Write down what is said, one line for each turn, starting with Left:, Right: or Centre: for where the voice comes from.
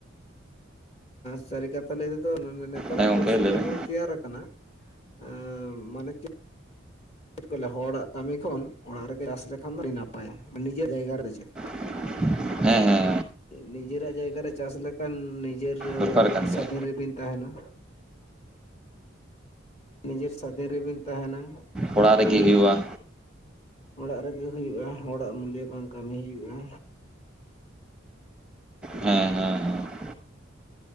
Left: ᱥᱟᱹᱨᱤ ᱠᱟᱛᱷᱟ ᱞᱟᱹᱭ ᱛᱮᱫᱚ ᱱᱮᱛᱟᱨᱟᱜ
Centre: ᱦᱮᱸ ᱜᱚᱝᱠᱮ
Left: ᱯᱚᱨᱤᱥᱛᱤᱛᱷᱤ
Centre: ᱞᱟᱹᱭ ᱵᱮᱱ
Left: ᱮᱢᱚᱱ ᱛᱮᱭᱟᱨ ᱟᱠᱟᱱᱟ ᱟᱸ ᱢᱟᱱᱮ ᱪᱮᱫ ᱪᱮᱫ ᱠᱚ ᱞᱟᱹᱭᱟ ᱦᱚᱲᱟᱜ ᱠᱟᱹᱢᱤ ᱠᱷᱚᱱ ᱚᱲᱟᱜ ᱨᱮᱜᱮ ᱪᱟᱥ ᱞᱮᱠᱷᱟᱱ ᱟᱹᱰᱤ ᱱᱟᱯᱟᱭᱟ ᱱᱤᱡᱮᱨ ᱡᱟᱭᱜᱟ ᱨᱮ ᱪᱮᱫ
Centre: <inaudible> ᱦᱮᱸ
Left: ᱱᱤᱡᱮᱨᱟᱜ ᱡᱟᱭᱜᱟ ᱨᱮ ᱪᱟᱥ ᱞᱮᱠᱷᱟᱱ ᱱᱤᱡᱮᱨ
Centre: ᱫᱚᱨᱠᱟᱨ ᱠᱟᱱ ᱜᱮᱭᱟ
Left: ᱥᱟᱫᱷᱤᱱ ᱨᱮ ᱵᱤᱱ ᱛᱟᱦᱮᱸᱱᱟ ᱱᱤᱡᱮᱨ ᱥᱟᱫᱷᱤᱱ ᱨᱮ ᱵᱤᱱ ᱛᱟᱦᱮᱸᱱᱟ
Centre: ᱚᱲᱟᱜ ᱨᱮᱜᱮ
Left: ᱟᱨ
Centre: ᱦᱩᱭᱩᱜᱼᱟ
Left: ᱚᱲᱟᱜ ᱨᱮᱜᱮ ᱦᱩᱭᱩᱜ-ᱟ ᱚᱲᱟᱜ ᱢᱩᱞᱤᱭᱟᱹ ᱵᱟᱝ ᱠᱟᱹᱢᱤ ᱦᱩᱭᱩᱜ-ᱟ
Centre: ᱦᱮᱸ ᱦᱮᱸ ᱦᱮᱸ